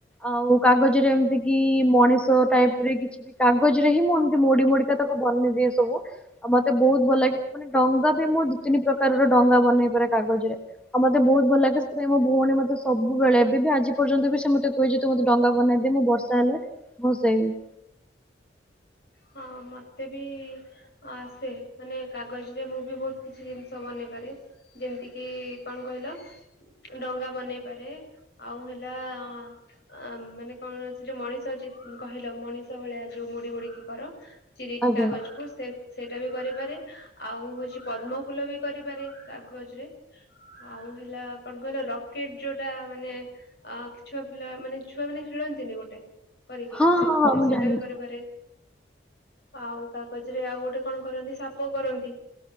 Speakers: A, in the centre; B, on the left.
A: ଆଉ, କାଗଜରେ ଏମିତି କି ମଣିଷ ଟାଇପ୍ ରେ କିଛି ବି କାଗଜରେ ହି ମୁଁ, ଏମତି ମୋଡି ମୋଡିକା ତାକୁ ବନେ ଦିଏ ସବୁ। ଆଉ, ମତେ ବହୁତ ଭଲ ଲାଗେ। ମାନେ ଡଙ୍ଗା ବି ମୁଁ, ଦି ତିନି ପ୍ରକାରର ଡଙ୍ଗା ବନେଇ ପାରେ କାଗଜ ରେ। ଆଉ, ମତେ ବହୁତ ଭଲ ଲାଗେ। ସେଥିପାଇଁ ମୋ ଭଉଣୀ ମତେ ସବୁବେଳେ, ଏବେ ବି ଆଜି ପର୍ଯ୍ୟନ୍ତ ବି, ସେ ମତେ କହୁଛି ତୁ ମତେ ଡଙ୍ଗା ବନେଇଦେ। ମୁଁ ବର୍ଷା ହେଲେ ଭସେଇବି।
B: ହଁ, ମତେ ବି ଆସେ, ମାନେ କାଗଜରେ ମୁଁ ବି ବହୁତ କିଛି ଜିନିଷ ବନେଇ ପାରେ। ଯେମିତି କିି-ଇ କଣ କହିଲ? ଡଙ୍ଗା ବନେଇ ପାରେ। ଆଉ ହେଲା-ଆ ଅ, ମାନେ କଣ? ସେ ଯୋଉ ମଣିଷ ଅଛି କହିଲ, ମଣିଷ ଭଳିଆ ଯୋଉ ମୋଡ଼ି ମୋଡ଼ିକି କର। ଚିରିକି
A: ଆଜ୍ଞା
B: କାଗଜକୁୁ ସେ ସେଇଟା ବି କରିପାରେ। ଆଉ, ହଉଛି ପଦ୍ମ ଫୁଲ ବି କରିପାରେ କାଗଜରେ। ଆଉ ହେଲା କଣ କହିଲ? ରକେଟ୍ ଯୋଉଟା ମାନେ ଅ ଛୁଆ ପିଲାମାନେ ଛୁଆମାନେ ଖେଳନ୍ତିନି ଗୋଟେ କରିକି,
A: ହଁ
B: ସେଥିରେ
A: ହଁ ହଁ ମୁଁ
B: ସେଇଟା
A: ଜାଣିଲି
B: ବି କରିପାରେ। ଆଉ, କାଗଜରେ ଆଉ ଗୋଟେ କଣ କରନ୍ତି? ସାପ କରନ୍ତି।